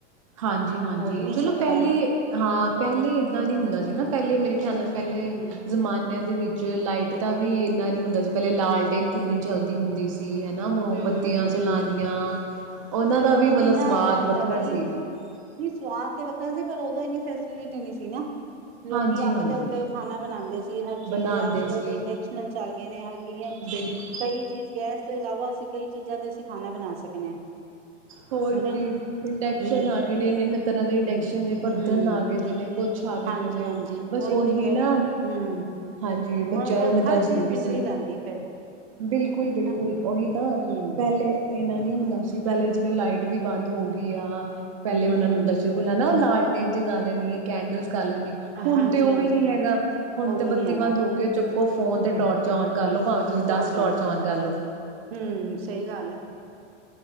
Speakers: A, on the right; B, on the right.
A: ਹਾਂਜੀ-ਹਾਂਜੀ
B: ਹੋ ਹੀ ਨਹੀਂ
A: ਚਲੋ,
B: ਸਕਦਾ
A: ਪਹਿਲੇ
B: ਨਾ,
A: ਹਾਂ ਪਹਿਲੇ ਏਦਾਂ ਨੀ ਹੁੰਦਾ ਸੀ ਨਾ ਪਹਿਲੇ ਮੇਰੇ ਖਿਆਲ ਪਹਿਲੇ
B: ਹੂੰ।
A: ਜ਼ਮਾਨਿਆਂ ਦੇ ਵਿੱਚ ਚ ਲਾਈਟ ਤਾਂ ਵੀ ਇੰਨਾ ਨਹੀਂ ਹੁੰਦਾ ਸੀ, ਪਹਿਲੇ ਲਾਲਟੇਨ ਕਿੰਨੀ ਚੱਲਦੀ ਹੁੰਦੀ ਸੀ। ਹਨਾ, ਮੋਮਬੱਤੀਆਂ
B: ਹੂੰ,
A: ਚਲਾਨੀਆਂ,
B: ਹੂੰ
A: ਉਹਨਾਂ
B: ਤੇ
A: ਦਾ ਵੀ
B: ਉਦੋਂ
A: ਮਤਲਬ
B: ਕਿੰਨਾ
A: ਸਵਾਦ
B: ਉਹ ਹੁੰਦਾ
A: ਵੱਖਰਾ ਸੀ।
B: <unintelligible> ਸਵਾਦ ਤੇ ਵੱਖਰਾ ਸੀ, ਪਰ ਉਦੋਂ ਇੰਨੀ ਫੈਸਿਲਿਟੀ ਨਹੀਂ ਸੀ। ਨਾ। ਲੋਕੀ
A: ਹਾਂਜੀ
B: ਅੱਗ
A: ਹਾਂਜੀ
B: ਦੇ ਉੱਤੇ ਖਾਣਾ ਬਣਾਉਂਦੇ ਸੀ, ਹਰ ਚੀਜ਼
A: ਬਣਾਉਂਦੇ
B: ਅੱਜ-ਕੱਲ
A: ਸੀ
B: ਤੇ ਇੰਡਕਸ਼ਨ ਚੱਲ ਗਏ, ਨੇ ਹਈਆਂ
A: ਬਿਲਕੁਲ
B: ਕਈ ਚੀਜ਼ ਗੈਸ ਤੋਂ ਇਲਾਵਾ ਕਈ ਚੀਜ਼ਾਂ ਤੇ ਅਸੀਂ ਖਾਣਾ ਬਣਾ ਸਕਦੇ ਹਾਂ।
A: ਹੋਰ
B: ਹਨਾ
A: ਕੀ ਇੰਡਕਸ਼ਨ
B: ਹਮ
A: ਆ ਗਏ ਨੇ ਇੰਨੇ-ਇੰਨੇ ਤਰ੍ਹਾਂ ਦੇ ਹੋਰ
B: ਹਮ
A: ਇੰਡਕਸ਼ਨ ਦੇ ਬਰਤਨ
B: ਹਮ
A: ਆ ਗਏ ਨੇ ਕੁਛ ਆ ਗਏ
B: ਹਾਂਜੀ
A: ਦੇ ਨੇ
B: ਹਾਂਜੀ
A: ਬਸ ਉਹੀ
B: ਤੇ ਕਹਿ
A: ਨਾ,
B: ਰਹੀ ਹਾਂ ਹਮ
A: ਹਾਂਜੀ ਬੱਚਿਆਂ
B: ਔਰ ਔਰ
A: ਨੂੰ ਮੈਂ ਦੱਸਦੀ
B: ਹਰ ਚੀਜ਼ ਬਿਜਲੀ
A: ਪਈ ਸੀ,
B: ਲੈਂਦੀ ਹੈ ਫਿਰ
A: ਬਿਲਕੁਲ-ਬਿਲਕੁਲ
B: ਹਨਾ
A: ਉਹੀ ਤਾਂ ਪਹਿਲੇ
B: ਹਮ
A: ਇੰਨਾ ਨੀ ਹੁੰਦਾ ਸੀ ਪਹਿਲੇ ਜਿਵੇਂ ਲਾਈਟ ਵੀ ਬੰਦ ਹੋ ਗਈ ਆ ਪਹਿਲੇ
B: ਹਮ
A: ਉਹਨਾਂ ਨੂੰ ਹੁੰਦਾ ਸੀ ਨਾ ਉਹ ਲਾਲ ਇੰਜ ਗੱਲ ਨੀ ਹੈ, ਕੈਂਡਲ ਕਰ ਲੈਣੀ, ਹੁਣ
B: ਹਾਂਜੀ
A: ਤੇ ਉਹ
B: ਹਾਂਜੀ
A: ਵੀ ਨੀ ਹੈਗਾ, ਹੁਣ
B: ਉਹ
A: ਤੇ
B: ਵੀ
A: ਬੱਤੀ
B: ਨੀ ਹੈਗਾ
A: ਬੰਦ ਹੋ ਗਈ ਚੁੱਕੋ ਫੋਨ
B: ਹੂੰ
A: ਤੇ ਟੋਰਚ ਔਨ ਕਰਲੋ ਭਾਵੇਂ ਤੁਸੀਂ
B: ਤੋੜ
A: ਦਸ
B: ਚੌਣ
A: ਟੋਰਚ ਓਨ ਕਰਲੋ
B: ਹਮ ਸਹੀ ਗੱਲ ਹੈ